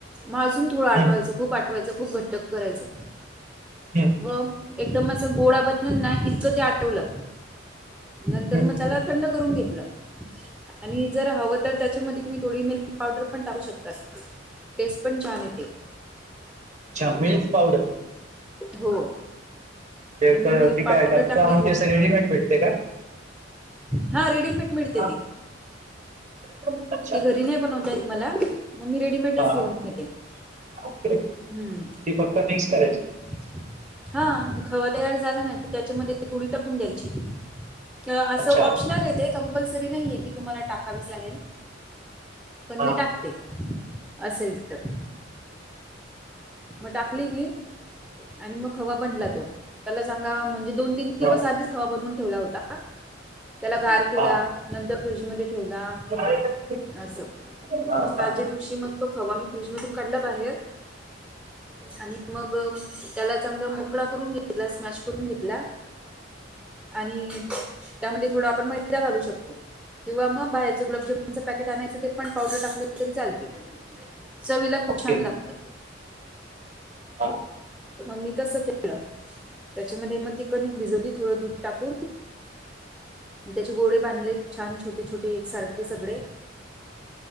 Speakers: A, in the centre; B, on the right.
A: मग अजून थोडं आठवायचं
B: हम्म
A: खूप आठवायचं खूप घट्ट करायचं.
B: हम्म
A: म एकदम असं गोळा बनेल ना इतकं ते आठवलं नंतर मग
B: हम्म.
A: त्याला थंड करून घेतलं. आणि जर हवं तर त्याच्यामध्ये तुम्ही थोडी मिल्क पावडर पण टाकू शकताय. टेस्ट पण छान येते.
B: अच्छा, मिल्स पावडर
A: हो
B: त
A: मग मी मिल्क पावडर
B: काय <unintelligible>
A: टाकली थोडी
B: रेडिमेड भेटते काय?
A: हा रेडीमेड मिळते
B: का
A: ती.
B: अच्छा
A: ती घरी नाही बनवता येत मला मग मी रेडीमेडच
B: हा
A: घेऊन येते. हम्म
B: ओके ओके ती फक्त मिक्स करायची?
A: मग हा खवा तयार झाला ना की त्याच्यामध्ये थोडी टाकून द्यायची असं
B: अच्छा
A: ऑप्शनल हाय ते कंपल्सरी नाहीे हाय की तुम्हाला टाकावीच लागेल. पण
B: हा
A: मी टाकते असेल तर मग टाकली मी आणि मग खवा बनला तो त्याला चांगला म्हणजे दोन, तीन दिवस
B: हा
A: आधीच खावा बनवून ठेवला होता. त्याला गार केला,
B: हा
A: नंतर फ्रीजमध्ये ठेवला.
B: हा
A: असं मग
B: हा
A: कालच्या दिवशी मग तो खवा मी फ्रीजमधून काढला बाहेर आणि मग त्याला चांगलं मोकळा करून घेतला स्मॅश करून घेतला आणि त्यामध्ये थोडा आपण मैदा घालू शकतो. किंवा मग बाहेरचं गुलाबजामनचं पॅकेट आणायंच ते पण पावडर टाकलं तरी चालते. चवीला खूप
B: ओके
A: छान
B: हा
A: लागत.
B: आणि
A: मग मी तसं केलं त्याच्यामध्ये मग ती कनिक भिजवली थोडं दूध टाकून त्याचे गोळे बांधले छान छोटे, छोटे एकसारखे सगळे